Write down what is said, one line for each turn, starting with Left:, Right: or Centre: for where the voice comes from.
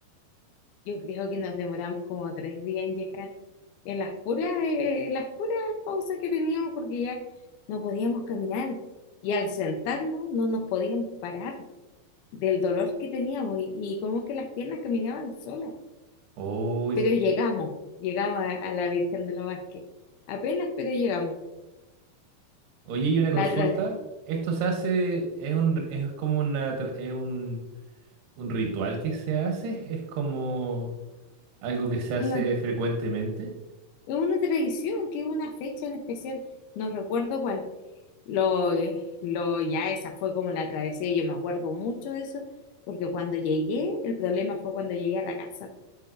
Left: yo creo que nos demoramos como tres días en llegar, en las puras, eh, en las puras pausas que teníamos porque ya no podíamos caminar y al sentarnos no nos podíamos parar del dolor que teníamos y, y como que las piernas caminaban solas.
Right: Oh, es-
Left: Pero llegamos, llegamos a, a la Virgen de los Vázquez. Apenas, pero llegamos.
Right: oye, y una consulta,
Left: La tra-
Right: ¿esto se hace, es un, es como una, tra- es un, un ritual que se hace? ¿Es como... Algo que se hace
Left: una,
Right: frecuentemente.
Left: es una tradición que es una fecha en especial, no recuerdo cuál. Lo, eh, lo, ya esa fue como la travesía, yo me acuerdo mucho de eso, porque cuando llegué, el problema fue cuando llegué a la casa.